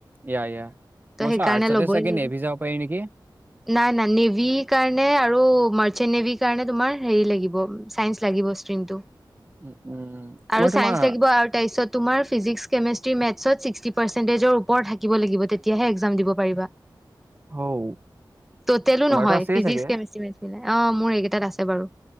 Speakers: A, on the right; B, in the centre.
A: ইয়া ইয়া।
B: ত
A: মই
B: সেইকাৰণে
A: চোন আৰ্টছতে
B: ল'বই
A: চাগে
B: লাগিব
A: নেভি যাব পাৰি নেকি?
B: নাই ন নেভ কাৰণে আৰু মাৰ্চেন্ নেভ কাৰণ, তোমাৰ হেৰি লাগিব চাইন্স লাগিব ইক্ৰনটো
A: উম, উম,
B: আৰু
A: মই
B: চাইন্স
A: তোমাৰ
B: লাগিব আৰু তাৰ পিছত তোমাৰ ফিজিক্স মেট্ৰ' মেচ্ চত চিকুটি পাৰচেটিচ ওপৰত থাকিব লাগিব তেতিয়াহে একজাম দিব পাৰিবা। ত
A: হৌ
B: তেলো
A: তোমাৰতো
B: নহয়
A: আছেই
B: ফিজিক্স
A: চাগে?
B: কেমেষ্ট্ৰি মেচ পলোই অ মোৰ এইকেইটাত আছে বাৰু,